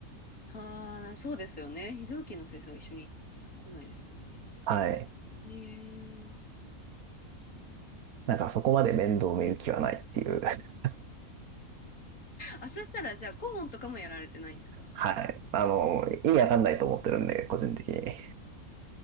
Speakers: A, on the left (about 80°); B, on the right (about 85°).
A: ああ、そうですよね。非常勤の先生は一緒に来ないですもんね。
B: はい。
A: へえ。
B: なんかそこまで面倒見る気はないっていう。<laughs>
A: あ、そしたら、じゃあ、顧問とかもやられてないんですか
B: はい。あの、意味わかんないと思ってるんで、個人的に。